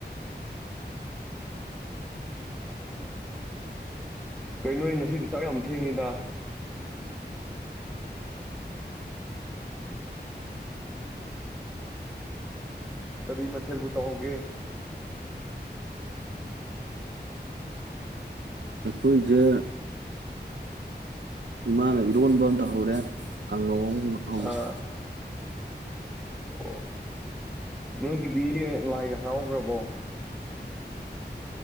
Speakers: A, in the centre; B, on the right.
A: ꯎꯝ ꯀꯔꯤꯅꯣ ꯅꯣꯏ ꯉꯁꯤꯗꯤ ꯆꯥꯛ ꯌꯥꯝ ꯊꯦꯡꯉꯤꯗ ꯀꯔꯤ ꯃꯊꯦꯜꯕꯨ ꯇꯧꯍꯧꯒꯦ
B: ꯑꯈꯣꯏꯗꯦ ꯏꯃꯥꯅ ꯏꯔꯣꯟꯕ ꯑꯃ ꯇꯧꯍꯧꯔꯦ ꯀꯥꯡꯉꯧ
A: ꯑꯥ
B: <inaudible>
A: ꯑꯣ ꯅꯣꯏꯒꯤꯗꯤ ꯂꯥꯏꯒ ꯍꯔꯥꯎꯈ꯭ꯔꯕꯣ